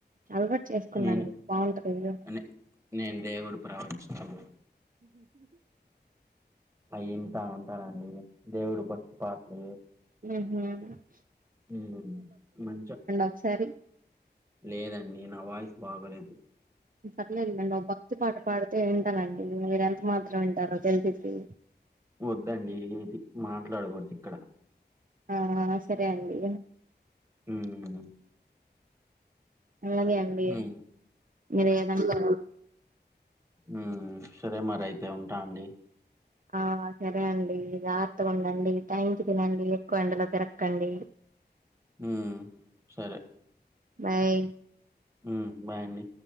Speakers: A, on the right; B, on the right.
A: అలవాటు చేసుకున్నాండి
B: నేను
A: బాగుంటది ఇగ
B: నే నేను దేవుడు ప్రవచనాలు అయంతా ఉంటానండి దేవుడు భక్తి పాటలు
A: అహ్హ్ ప్చ్
B: మ్మ్ మంచిగ
A: ఒకసారి
B: లేదండి నా వాయిస్ బాగా లేదు
A: పర్లేదులేండి ఓ భక్తి పాట పాడితే తనండి మీర ఎంత మాత్రం వింటారో తెలిసిద్ది
B: వద్దండి ఇది మాట్లాడకూడదు ఇక్కడ
A: ఆ సరే అండి
B: హ్మ్
A: అలాగే అండి
B: హ్మ్.
A: మీరు ఏదన్నా
B: ఆ సరే మరి అయితే ఉంటా అండి
A: ఆ సరే అండి జాగత్తగా ఉండండి టైంకి తినండి ఎక్కువ ఎండలో తిరక్కండి
B: హ సరే
A: బాయ్
B: హుమ్ బాయండి